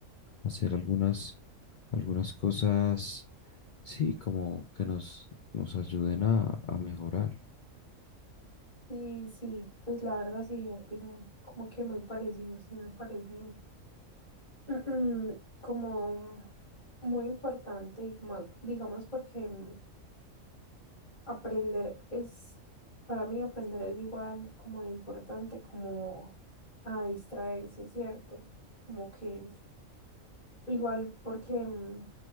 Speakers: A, on the left (about 70°); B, on the left (about 30°).
A: Hacer algunas, algunas cosas, sí, como que nos, nos ayuden a, a mejorar.
B: Sí, sí, pues la verdad sí, opinan como que muy parecido, sí me parece <clears throat> como muy importante y ma- digamos porque mm, aprender es, para mí aprender es igual como de importante como a distraerse, ¿cierto? Como que igual porque, mm,